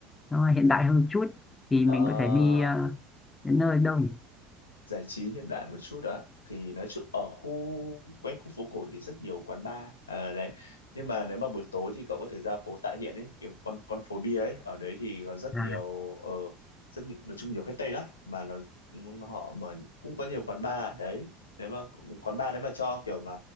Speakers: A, on the left; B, on the left.
A: nó hiện đại hơn chút thì
B: Ờ
A: mình có thể đi ờ, đến nơi đâu nhỉ
B: giải trí hiện đại một chút ạ thì nói chung ở khu quanh khu phố cổ thì rất nhiều quán bar à, đấy nhưng mà nếu mà buổi tối thì cậu có thể ra phố Tạ Hiện ấy kiểu con con phố bia ấy ở đấy thì có rất
A: à
B: nhiều ờ, rất nhi- nói chung nhiều khách Tây lắm mà nó, nó họ mở cũng có nhiều quán bar đấy nếu mà quán bar nếu mà cho kiểu mà